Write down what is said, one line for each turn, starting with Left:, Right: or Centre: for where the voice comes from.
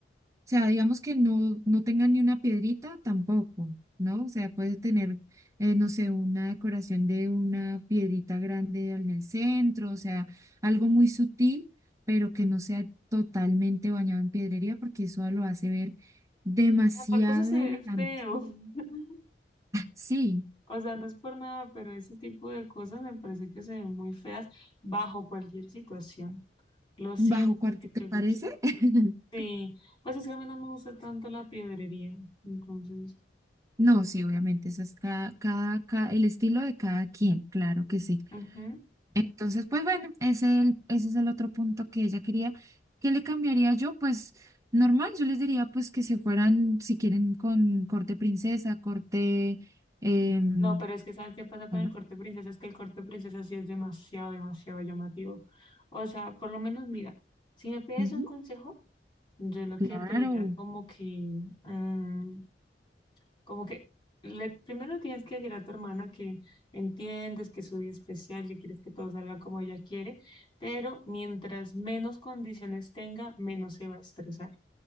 Right: O sea, digamos que no, no tenga ni una piedrita tampoco, ¿no? O sea, puede tener, eh, no sé, una decoración de una piedrita grande al- en el centro, o sea, algo muy sutil, pero que no sea totalmente bañado en piedrería, porque eso lo hace ver demasiado
Left: Y aparte eso se
Right: elegante.
Left: ve feo. <laughs>
Right: Sí,
Left: O sea, no es por nada, pero ese tipo de cosas me parece que se ven muy feas bajo cualquier situación. Lo siento
Right: bajo cuarto,
Left: que
Right: ¿te
Left: te
Right: parece?
Left: gusta.
Right: <laughs>
Left: Sí, pues es que a mí no me gusta tanto la piedrería. Entonces,
Right: No, sí, obviamente, eso es cada, cada, cada- el estilo de cada quien, claro que sí.
Left: ujú.
Right: Entonces, pues bueno, ese, el- ese es el otro punto que ella quería. ¿Qué le cambiaría yo? Pues normal, yo les diría pues que se fueran, si quieren, con corte princesa, corte... em,
Left: No, pero es que ¿sabes qué pasa con
Right: normal.
Left: el corte princesa? Es que el corte princesa sí es demasiado, demasiado llamativo. O sea, por lo menos, mira, si me pides
Right: Ujú.
Left: un consejo, yo lo
Right: Claro,
Left: que te diría como que, mm, como que le, primero tienes que decir a tu hermana que entiendes que es su día especial, que quieres que todo salga como ella quiere, pero mientras menos condiciones tenga, menos se va a estresar.